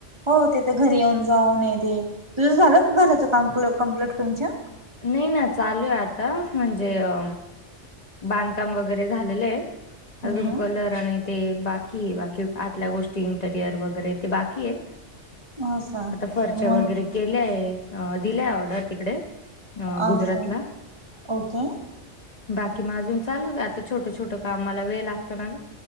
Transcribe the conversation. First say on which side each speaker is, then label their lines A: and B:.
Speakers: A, on the right; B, on the left.
A: हो ते तर घरी येऊन जाऊन येते, तुझं झालं का घराचं काम क्लो कम्प्लीट तुमच्या?
B: नाही ना चालू आहे आता म्हणजे अ बांधकाम वगैरे झालेल आहे,
A: हम्म
B: अजून
A: हम्म
B: कलर <unintelligible> ते बाकी ये बाकी आतल्या गोष्टी इंटरियर वगैरे ते बाकी ये.
A: असा
B: आता फर्च्या
A: मग
B: वगैरे केल्याये अ दिल्याय ऑर्डर तिकडे अ
A: असा
B: गुजरातला.
A: ओके
B: बाकी म अजून चालू आता छोट छोट कामाला वेळ लागतो ना ग.